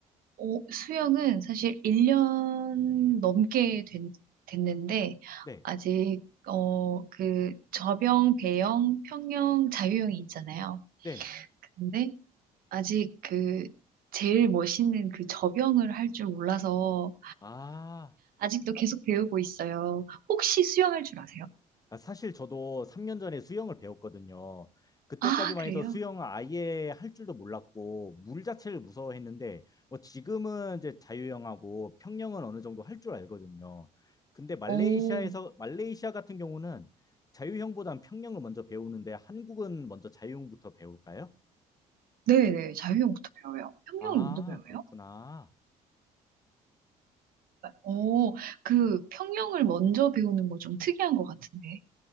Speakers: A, on the right; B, on the left.
A: 어, 수영은 사실 1년 넘게 된, 됐는데
B: 네,
A: 아직 어, 그 저병, 배영, 평영, 자유형이 있잖아요.
B: 네.
A: 근데 아직 그 제일 멋있는 그 저병을 할 줄 몰라서
B: 아,
A: 아직도 계속 배우고 있어요. 혹시 수영할 줄 아세요?
B: 아, 사실 저도 3년 전에 수영을 배웠거든요. 그때까지만
A: 아, 그래요?
B: 해도 수영 아예 할 줄도 몰랐고 물 자체를 무서워했는데 뭐 지금은 이제 자유형하고 평영은 어느 정도 할 줄 알거든요. 근데 말레이시아에서
A: 오,
B: 말레이시아 같은 경우는 자유형보단 평영을 먼저 배우는데 한국은 먼저 자유형부터 배울까요?
A: 네네. 자유형부터 배워요. 평형을
B: 아,
A: 먼저 배워요?
B: 그렇구나.
A: 오, 그 평형을 먼저 배우는 거 좀 특이한 것 같은데.